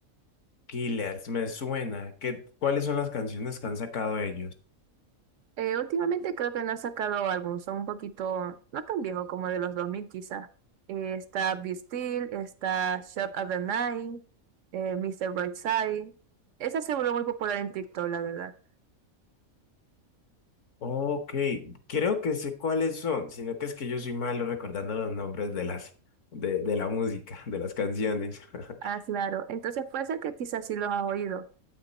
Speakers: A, on the left; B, on the right.
A: Killers, me suena. ¿Qué, cuáles son las canciones que han sacado ellos?
B: Eh, últimamente creo que no ha sacado álbum, son un poquito, no tan viejos como de los 2000 quizá. Eh, está Be Still, está Shot of the Night, eh, Mr. Brightside. Esa se volvió muy popular en TikTok, la verdad.
A: Ok, creo que sé cuáles son, sino que es que yo soy malo recordando los nombres de las de, de la música, de las canciones. <laughs>
B: Ah, claro. Entonces puede ser que quizás sí los has oído.